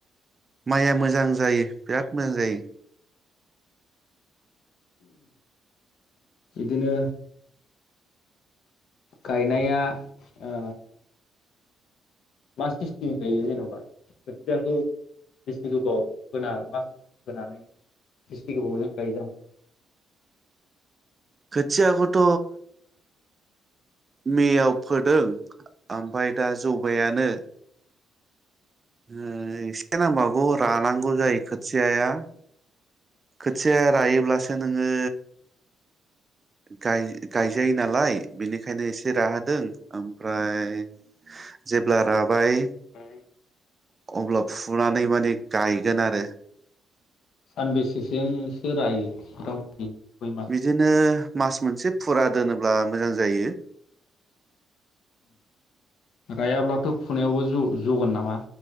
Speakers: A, on the right (about 30°); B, on the left (about 75°).
A: माइया मोजां जायो बिराद मोजां जायो
B: बिदिनो गायनाया ओ मा सिस्टेम गायो जेन'बा खोथियाखौ बेसे गोबाव फोना मा सिस्टेम फोनानै बिसि गोबावजों गायो जाह
A: खोथियाखौथ' मेआव फोदों आमफाय दा जौबायानो ओ एसे नांबावगौ रानांगौ जायो खोथियाया खोथियाया रायोब्लासो नोङो गाय गायजायो नालाय बेनिखायनो एसे राहोदों आमफ्राय जेब्ला राबाय
B: <inaudible>
A: अब्ला फुनानै मानि गायगोन आरो
B: सानबेसेसोजोंसो रायो मथा मथि खय मास
A: बिदिनो मास मोनसे फुरा दोनोब्ला मोजां जायो।
B: रायाब्लाथ' फुनायावबो ज' जगोन नामा